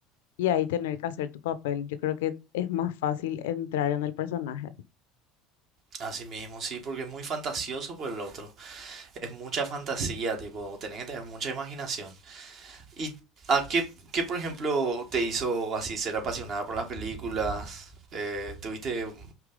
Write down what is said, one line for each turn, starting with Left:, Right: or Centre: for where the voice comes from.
Left: y ahí tener que hacer tu papel. Yo creo que es más fácil entrar en el personaje.
Right: así mismo, sí, porque es muy fantasioso por el otro. Es mucha fantasía, tipo, tenés que tener mucha imaginación. ¿Y a qué, qué, por ejemplo, te hizo así ser apasionada por las películas? Eh, ¿tuviste eh,